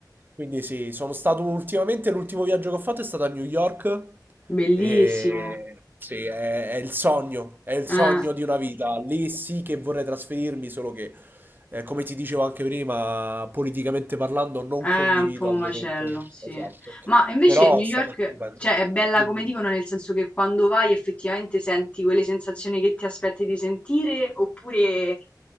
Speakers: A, on the right; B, on the left.
A: Quindi sì, sono stato ultimamente, l'ultimo viaggio che ho fatto è stato a New York
B: bellissimo.
A: e sì, è, è il sogno, è il sogno
B: Ah,
A: di una vita. Lì sì che vorrei trasferirmi, solo che, eh, come ti dicevo anche prima, politicamente parlando non
B: è
A: condivido
B: un po' un
A: al
B: macello,
A: momento
B: sì.
A: esatto.
B: Ma invece
A: Però
B: New
A: è stato
B: York,
A: stupendo.
B: cioè, è bella
A: Dimmi
B: come
A: tu.
B: dicono, nel senso che quando vai effettivamente senti quelle sensazioni che ti aspetti di sentire, oppure